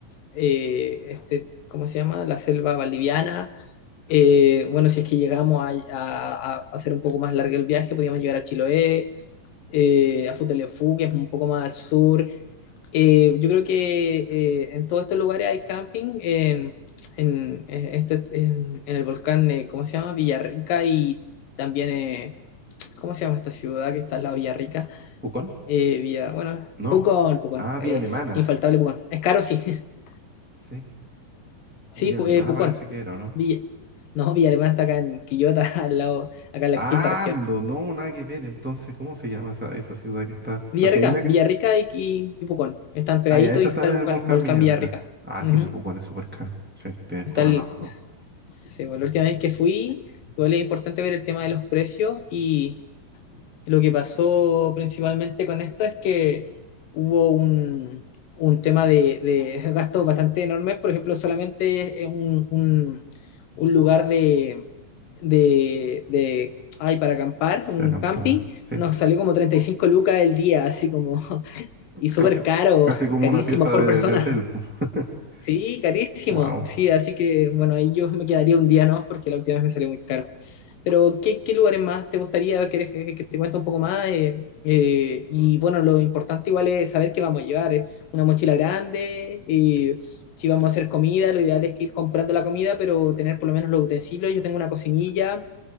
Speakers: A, on the left; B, in the centre.
A: eh, este, ¿cómo se llama? La selva valdiviana. Eh, bueno, si es que llegamos a, a- a hacer un poco más largo el viaje, podríamos llegar a Chiloé, eh, a Futaleufú, que es un poco más al sur Eh, yo creo que eh, en todos estos lugares hay camping, en, en, eh, este- en- en el volcán, eh, ¿cómo se llama? Villarrica y también, eh, ¿cómo se llama esta ciudad que está al lado de Villarrica?
B: ¿Pucón?
A: Eh, Villa, bueno,
B: No.
A: Pucón, Pucón,
B: Ah, Vía
A: eh,
B: Alemana.
A: infaltable Pucón. Es caro, sí, <laughs>
B: Sí.
A: sí,
B: Villa Alemana
A: Pu- eh, Pucón.
B: parece que era, ¿o no?
A: Villa, no, Villa Alemana está acá en Quillota, <laughs> al lado, acá en la
B: Ah,
A: quinta región.
B: Ando, no, nada que ver. Entonces, ¿cómo se llama esa, esa ciudad que está?
A: Villarrica,
B: Porque hay una que...
A: Villarrica y, y, y Pucón, están pegaditos
B: Ah, ya, esa
A: y
B: está
A: está el
B: en
A: volca-
B: el volcán
A: volcán
B: Villarrica.
A: Villarrica.
B: Ah,
A: Ujú.
B: sí, pues Pucón es súper caro. Sí, tienes
A: Está
B: toda
A: el,
B: la razón.
A: Sí, bueno, la última vez que fui, igual es importante ver el tema de los precios y lo que pasó principalmente con esto es que hubo un, un tema de, de gastos bastante enormes, por ejemplo, solamente es un, un, un lugar de, de, de, ay, para acampar, un
B: De acampada.
A: camping,
B: Sí.
A: nos salió como 35 lucas el día, así como, y súper
B: Ca-
A: caro,
B: casi como
A: carísimo,
B: una pieza
A: por
B: de,
A: persona.
B: de hotel. <laughs>
A: Sí, carísimo.
B: Wow.
A: Sí, así que bueno, ahí yo me quedaría un día, ¿no? Porque la última vez me salió muy caro. Pero, ¿qué, qué lugares más te gustaría? ¿Quieres que, que te cuente un poco más? Eh, eh, y bueno, lo importante igual es saber qué vamos a llevar. eh, Una mochila grande, eh, si vamos a hacer comida, lo ideal es que ir comprando la comida, pero tener por lo menos los utensilios. Yo tengo una cocinilla,